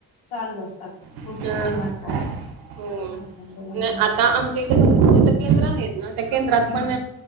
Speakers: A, on the left; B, on the right.
A: चालू असतात.
B: आहे.
A: खूप छान वाटत आणखीन
B: हो
A: बोला
B: नाही
A: मॅडम.
B: आता आमच्या इथे पण जिथे केंद्र आहेत ना, त्या केंद्रात
A: हम्म
B: पण